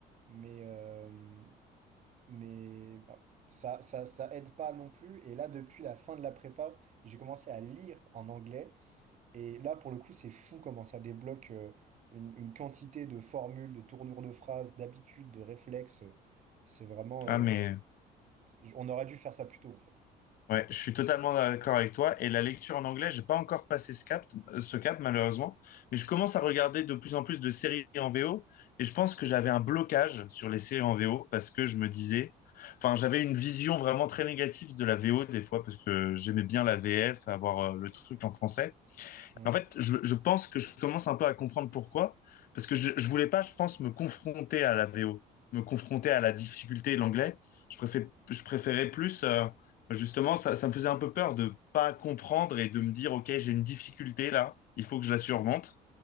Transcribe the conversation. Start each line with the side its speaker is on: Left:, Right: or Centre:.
Right: mais, euh, mais bah, ça, ça, ça aide pas non plus. Et là, depuis la fin de la prépa, j'ai commencé à lire en anglais. Et là, pour le coup, c'est fou comment ça débloque euh, une, une quantité de formules, de tournures de phrases, d'habitudes, de réflexes. C'est vraiment.
Left: Ah,
Right: euh,
Left: mais
Right: on aurait dû faire ça plus tôt, en fait.
Left: Ouais, je suis totalement d'accord avec toi. Et la lecture en anglais, j'ai pas encore passé ce cap, euh, ce cap malheureusement. Mais je commence à regarder de plus en plus de séries en VO. Et je pense que j'avais un blocage sur les séries en VO parce que je me disais, enfin, j'avais une vision vraiment très négative de la VO des fois parce que j'aimais bien la VF, avoir euh, le truc en français.
Right: Mm.
Left: En fait, je, je pense que je commence un peu à comprendre pourquoi. Parce que je, je voulais pas, je pense, me confronter à la VO, me confronter à la difficulté de l'anglais. Je préfère, je préférais plus, euh, justement, ça, ça me faisait un peu peur de pas comprendre et de me dire, OK, j'ai une difficulté là, il faut que je la surmonte.